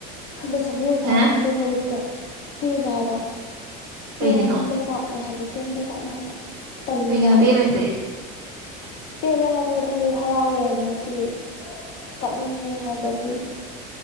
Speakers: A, on the left; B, on the right.
A: ꯑꯜ ꯁ
B: ꯍꯦ
A: ꯈꯟꯗꯣꯠꯇ ꯄꯦꯜꯂꯦ ꯍꯥꯏꯕ
B: ꯀꯩꯒꯤꯅꯣ
A: ꯄꯦꯟꯕꯖꯥꯠꯅꯦ ꯍꯥꯏꯕ ꯄꯦꯟꯕꯖꯥꯠꯅꯦ ꯍꯥꯏꯕ ꯇꯜꯥ
B: ꯀꯩꯒꯤꯅꯣ
A: ꯍꯥꯐꯤ
B: ꯄꯦꯜꯂꯤꯁꯦ
A: ꯄꯦꯜꯂꯦ ꯍꯥꯏꯕꯗꯤ ꯍꯔꯥꯎꯋꯦ ꯍꯥꯏꯕ ꯅꯠꯇꯦ ꯀꯞꯅꯤꯡꯉꯦ ꯍꯥꯏꯕ ꯑꯩꯈꯣꯏ